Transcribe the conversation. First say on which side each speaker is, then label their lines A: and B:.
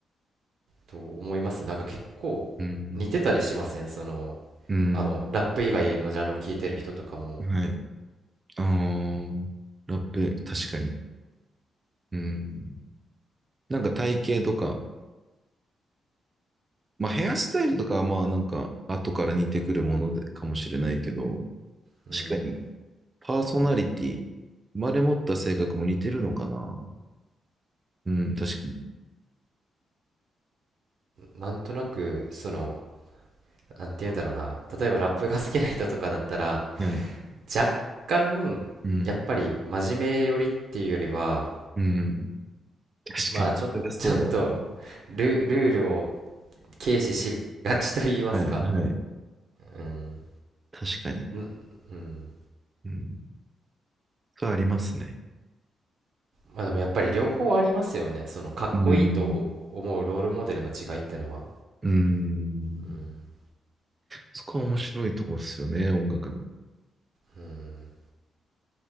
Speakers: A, on the right; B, on the right.
A: と思いますなんか結構似てたりしませんその
B: うん。うん。
A: あのラップ以外のジャンルを聞いてる人とかも
B: はい。あーラップ、確かに。うん。なんか体型とか、まあヘアスタイルとかはまあなんか後から似てくるものでかもしれないけど、
A: うん
B: 確かにパーソナリティ、生まれ持った性格も似てるのかな。うん、確かに。
A: なんとなくそのなんて言うんだろうな例えばラップが好きな人とかだったら
B: はい。
A: 若干やっぱり真面目寄りっていうよりは
B: うん。うん。確かに。
A: まあちょちょっと
B: それはそうだな。
A: ル、ルールを軽視しがちと言いますか
B: はい。はい。
A: うん、
B: 確かに。
A: んうん
B: うん。それはありますね。
A: まあでもやっぱり両方ありますよねそのかっこいいと思うロールモデルの違いってのは
B: うんうんうん、
A: うん、
B: そこは面白いとこっすよね、音楽の。
A: うん、